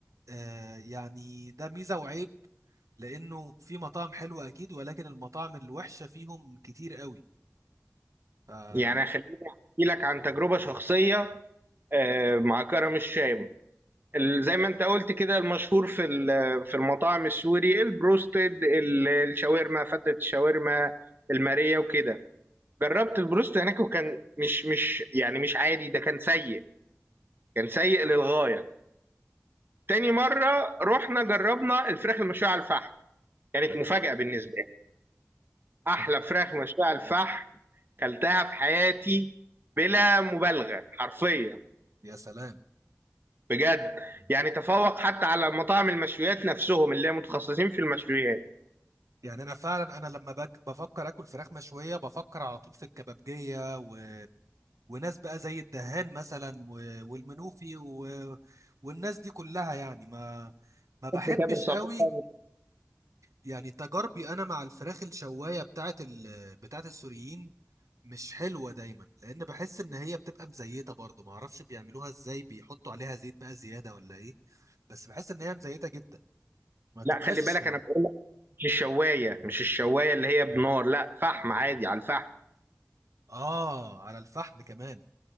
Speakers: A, on the right; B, on the right.
A: آه يعني ده ميزه وعيب لانه في مطاعم حلوه اكيد ولكن المطاعم الوحشه فيهم كتير قوي ف اه
B: يعني خليني احكي لك عن تجربه شخصيه آه، مع كرم الشام ال- زي ما انت قلت كده المشهور في ال- في المطاعم السوري البروستد ال- الشاورما فتة الشاورما المارية وكده جربت البروست هناك وكان مش مش يعني مش عادي ده كان سيء كان سيء للغاية تاني مرة رحنا جربنا الفراخ المشوية على الفحم كانت مفاجأة بالنسبة لي أحلى
A: كان-
B: فراخ مشوية على الفحم كلتها في حياتي بلا مبالغة حرفيا
A: يا سلام
B: بجد يعني تفوق حتى على مطاعم المشويات نفسهم اللي هي متخصصين في المشويات
A: يعني انا فعلا انا لما بك بفكر اكل فراخ مشويه بفكر على طول في الكبابجيه و... وناس بقى زي الدهان مثلا و... والمنوفي و... والناس دي كلها يعني ما ما بحبش
B: حب جابر صابون
A: قوي يعني تجاربي انا مع الفراخ الشوايه بتاعت ال... بتاعت السوريين مش حلوه دايما لان بحس ان هي بتبقى مزيته برضو ما اعرفش بيعملوها ازاي بيحطوا عليها زيت بقى زياده ولا ايه بس بحس ان هي مزيته جدا ما تبقاش
B: لا خلي بالك انا بقول لك مش الشوايه مش الشوايه اللي هي بنار لا فحم عادي على الفحم
A: اه على الفحم كمان